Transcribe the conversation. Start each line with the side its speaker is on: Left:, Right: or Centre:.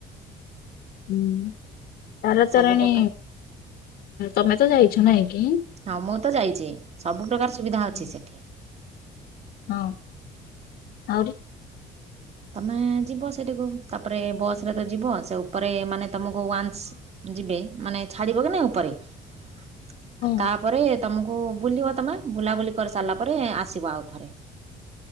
Left: ଉଁ ତାର
Right: ସବୁ
Left: ତାରିଣୀ
Right: ପ୍ରକାର
Left: ତମେ ତ ଯାଇଛ ନାହିଁ କିି।
Right: ହଁ ମୁଁ ତ ଯାଇଛି ସବୁପ୍ରକାର ସୁବିଧା
Left: ହୁଁ।
Right: ଅଛି ସେଠି।
Left: ହଁ ଆହୁରି।
Right: ତୁମେ ଯିବ ସେଠିକୁ ତାପରେ ବସ୍ ରେ ତ ଯିବ ସେ ଉପରେ ମାନେ ତୁମକୁ ୱାନ୍ସ। ଯିବେ ମାନେ ଛାଡିବ କି ନାଇ ଉପରେ ଆଉ
Left: ହଁ।
Right: ତାପରେ ତମକୁ। ବୁଲିବ ତୁମେ ବୁଲାବୁଲି କରିସାରିଲା ପରେ ଆସିବ ଆଉ ଥରେ।